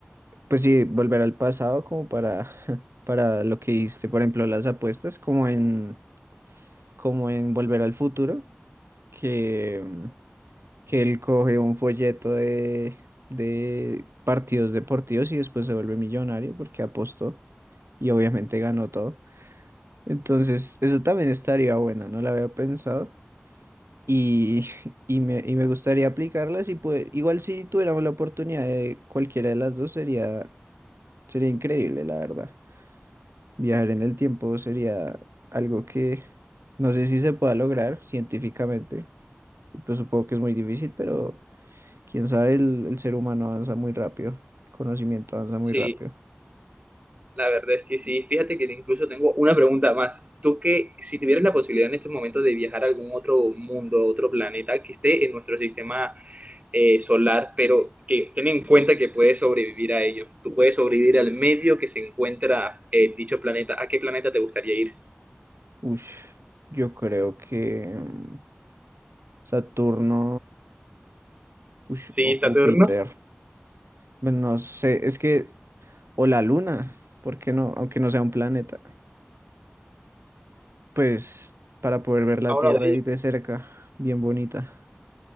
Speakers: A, on the right; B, on the right.
A: pues sí, volver al pasado como para, <laughs> para lo que hiciste, por ejemplo, las apuestas, como en, como en Volver al Futuro, que, mm, que él coge un folleto de, de partidos deportivos y después se vuelve millonario porque apostó. y obviamente ganó todo. Entonces, eso también estaría bueno, no la había pensado. Y, <laughs> y me, y me gustaría aplicarlas y pues igual si tuviéramos la oportunidad de cualquiera de las dos sería, sería increíble, la verdad. Viajar en el tiempo sería algo que no sé si se pueda lograr científicamente. y Pues supongo que es muy difícil, pero quién sabe, el, el ser humano avanza muy rápido, el conocimiento avanza muy
B: Sí,
A: rápido.
B: la verdad es que sí. Fíjate que incluso tengo una pregunta más. Tú que si tuvieras la posibilidad en estos momentos de viajar a algún otro mundo, otro planeta que esté en nuestro sistema eh, solar, pero que ten en cuenta que puedes sobrevivir a ello. Tú puedes sobrevivir al medio que se encuentra eh, dicho planeta. ¿A qué planeta te gustaría ir?
A: Ush, yo creo que mm, Saturno Ush,
B: Sí,
A: o Júpiter.
B: Saturno,
A: Bueno, no sé, es que, o la Luna, ¿por qué no? Aunque no sea un planeta. Pues para poder ver la
B: a uno
A: Tierra
B: de ellos.
A: ahí de cerca, bien bonita,